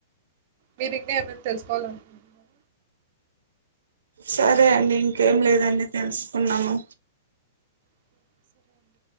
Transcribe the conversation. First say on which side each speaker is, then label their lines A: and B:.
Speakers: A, on the right; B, on the right.
A: మీరి ఇంకా ఏమైనా తెలుసుకోవాలి అనుకుంటునారా
B: సరే అండి ఇంకేం లేదండి తెలుసుకున్నాము
A: ఓకే, సరే అండి